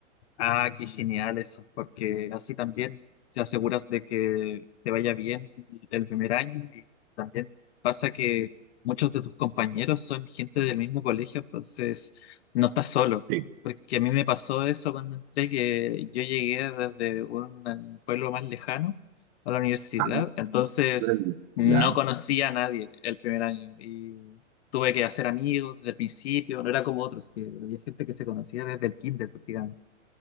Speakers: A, on the left; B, on the right.
A: Ah, qué genial eso, porque así también te aseguras de que te vaya bien el primer año y también pasa que muchos de tus compañeros son gente del mismo colegio, entonces no estás solo,
B: Sí.
A: porque a mí me pasó eso cuando entré, que yo llegué desde un pueblo más lejano a la universidad,
B: Ah,
A: entonces
B: pues,
A: no
B: ya.
A: conocía a nadie el primer año y tuve que hacer amigos desde el principio, no era como otros, que había gente que se conocía desde el kinder prácticamente.